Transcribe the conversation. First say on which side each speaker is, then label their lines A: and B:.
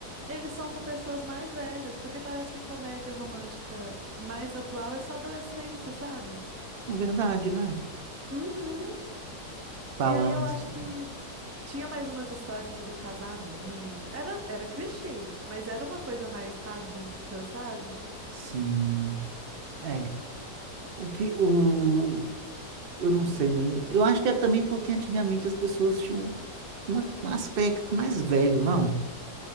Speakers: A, on the right; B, on the right.
A: eles são com pessoas mais velhas, porque parece que comédia romântica mais atual é só adolescente, sabe?
B: É verdade, né?
A: Uhum.
B: Falando
A: E aí eu
B: assim.
A: acho que tinha mais umas histórias assim, sobre casamento. Era, era clichê, mas era uma coisa mais adulta, sabe?
B: Sim. É, o que o Eu não sei nem. Eu acho que é também porque antigamente as pessoas tinham uma- um aspecto mais velho, não?